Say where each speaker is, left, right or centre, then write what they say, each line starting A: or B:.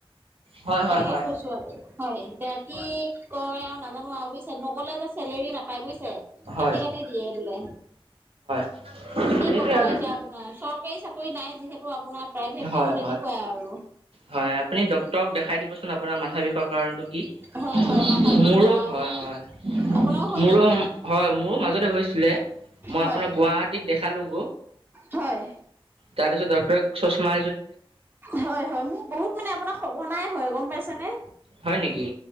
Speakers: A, on the right (about 80°); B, on the right (about 20°).
A: হয়
B: তেনেকে
A: হয় হয়
B: কৈছো আৰু হয়, এতিয়া কি কয় আৰু নাজানো আৰু বুজিছছে নগলে য চেলেৰি নাপায় বুজিছে
A: হয়
B: কাটি কাটি দিয়ে বোলে।
A: <unintelligible>
B: কি ক'ব
A: আৰু
B: এতিয়া আপোনাৰ চৰকাৰী চাকৰি নাই যিহেতু আপোনাৰ প্ৰাইভেট
A: হয়
B: কামত
A: হয়
B: এনেকুৱাই আৰু।
A: হয় আপুনি ডক্তৰক দেখাই দিবচোন আপোনাৰ মাথা বিষৰ কাৰণটো কি,
B: হয়
A: মোৰো
B: হয় মাথা বিষ বা
A: হয়।
B: মোক
A: হয়
B: আপোনাৰো হয়
A: মোৰো
B: নেকি?
A: হয়, মোৰো মাজতে হৈছিলে। মই
B: হয়
A: আপোনাৰ গুৱাহাটীত দেখালো।
B: হয়।
A: তাৰপিছত ডৰ চুষমা
B: হয় হয় মোক বহুত মানে আপোনাক সঘনাই হয় গম পাইছে নে?
A: হয় নেকি?